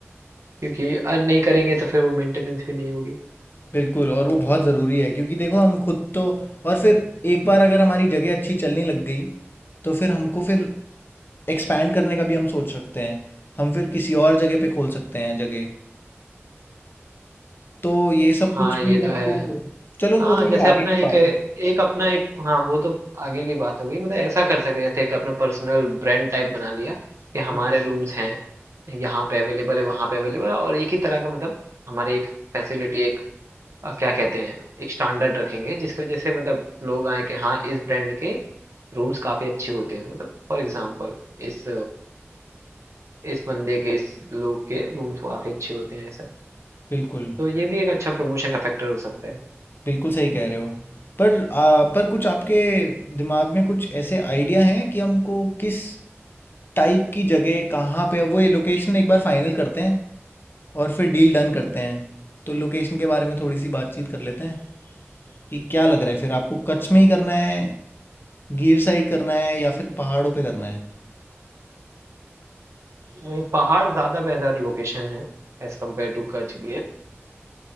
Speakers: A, on the right; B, on the left.
A: क्योंकि अर्न नहीं करेंगे तो फिर वो मेंटेनेंस भी नहीं होगी
B: बिल्कुल और वो बहुत ज़रूरी है क्योंकि देखो हम खुद तो और फिर एक बार अगर हमारी जगह अच्छी चलने लग गई तो फिर हमको फिर एक्सपैंड करने का भी हम सोच सकते हैं। हम फिर किसी और जगह पे खोल सकते हैं जगह। तो ये सब
A: हाँ
B: कुछ
A: ये
B: भी हमको
A: तो है
B: चलो
A: हाँ
B: वो थोड़ी
A: जैसे
B: आगे
A: अपना
B: की
A: एक
B: बात
A: एक
B: है
A: अपना एक हाँ वो तो आगे की बात होगी मतलब ऐसा कर सकते हैं, जैसे एक अपना पर्सनल ब्रांड टाइप बना लिया कि हमारे
B: बिल्कुल
A: रूम्स हैं यहाँ पे अवेलेबल है वहाँ पे अवेलेबल है और एक ही तरह का मतलब हमारे एक फैसिलिटी एक अ, क्या कहते हैं एक स्टैंडर्ड रखेंगे जिसकी वजह से मतलब लोग आए कि हाँ इस ब्रांड के रूम्स काफी अच्छे होते हैं मतलब फॉर एग्जाम्पल इस इस बंदे के इस लोग के रूम्स काफी अच्छे होते हैं ऐसा
B: बिल्कुल
A: तो ये भी एक अच्छा प्रमोशन का फैक्टर हो सकता
B: बिल्कुल सही कह रहे हो पर आ, पर कुछ आपके दिमाग में कुछ ऐसे आइडिया हैं कि हमको किस टाइप की जगह कहाँ पे वो ये लोकेशन एक बार फाइनल करते हैं और फिर डील डन करते हैं तो लोकेशन के बारे में थोड़ी सी बातचीत कर लेते हैं कि क्या लग रहा है फिर आपको कच्छ में ही करना है गिर साइड करना है या
A: है
B: फिर पहाड़ों पे करना है
A: नहीं पहाड़ ज़्यादा बेहतर लोकेशन है as compare to Kutch Gir